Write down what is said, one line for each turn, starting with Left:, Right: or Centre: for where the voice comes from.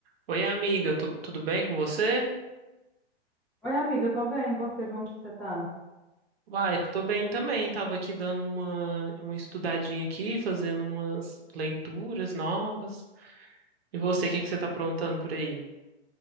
Right: Oi, amiga, tu- tudo bem com você?
Centre: Oi, amiga, eu tô bem. E você, como que você tá?
Right: Uai, eu tô bem também. Tava aqui dando uma, uma estudadinha aqui, fazendo umas leituras novas. E você, o que que você tá aprontando por aí?